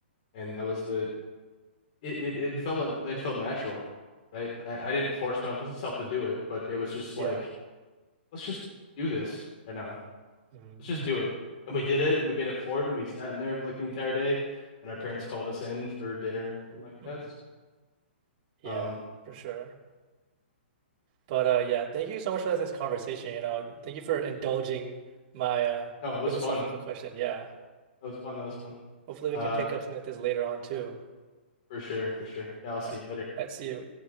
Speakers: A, on the left; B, on the right.
A: and that was the, it, it, it felt, it felt natural, right? I, I didn't force myself to do it, but it was just
B: Yeah.
A: like, let's just do this right now.
B: Mm.
A: let's just do it. And we did it and we made a fort and we sat in there for like the entire day and our parents called us in for dinner or something like
B: hmm
A: that. So
B: Yeah,
A: um
B: for sure. But uh yeah, thank you so much for this conversation, you know. Thank you for indulging my uh
A: no,
B: philosophical
A: it was fun.
B: question. Yeah.
A: That was fun. That was fun.
B: Hopefully we
A: Uh
B: can pick up some of this later on too.
A: for sure, for sure. Yeah, I'll see
B: All right.
A: you
B: All
A: later.
B: right, see you.